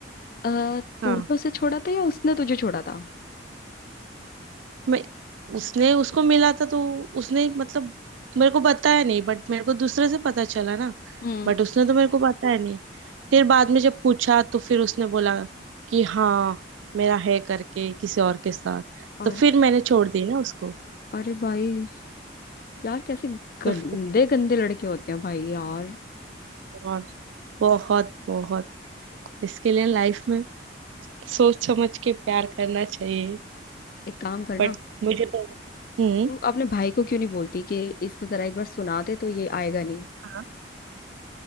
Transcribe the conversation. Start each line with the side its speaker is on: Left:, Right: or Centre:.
Left: अः
Right: हाँ
Left: तूने उसे छोड़ा था या उसने तुझे छोड़ा था
Right: मैं उसने उसको मिला था तो उसने मतलब मेरे को बताया नहीं बट मेरे को दूसरे से पता चला ना
Left: हम्म
Right: बट उसने तो मेरे को बताया नहीं फिर बाद में जब पूछा तो फिर उसने बोला कि हाँ मेरा है करके किसी और के साथ
Left: और
Right: तो फिर मैंने छोड़ दी ना उसको
Left: अरे भाई यार कैसे गंदे
Right: तो फिर
Left: गंदे लड़के होते हैं भाई यार
Right: और बहुत बहुत इसके लिए लाइफ में सोच समझ के प्यार करना चाहिए
Left: एक काम करना
Right: बट मुझे तो हम्म
Left: तू अपने भाई को क्यों नहीं बोलती कि इसको जरा एक बार सुना दे तो ये आएगा नहीं
Right: हाँ।